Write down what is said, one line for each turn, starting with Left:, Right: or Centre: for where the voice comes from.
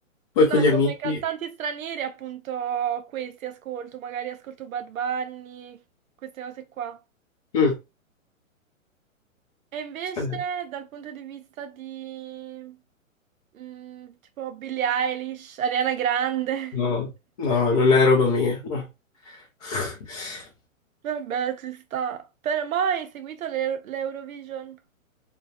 Left: poi
Right: No,
Left: con gli amici.
Right: come cantanti stranieri appunto questi ascolto, magari ascolto Bad Bunny, queste cose qua.
Left: Mm,
Right: E invece
Left: eh,
Right: dal punto di vista di mm, tipo Billie Eilish, Ariana Grande,
Left: No, no,
Right: <laughs>
Left: non è roba mia, no. <laughs>
Right: vabbè ci sta. Però mai hai seguito l'Eu- l'Eurovision?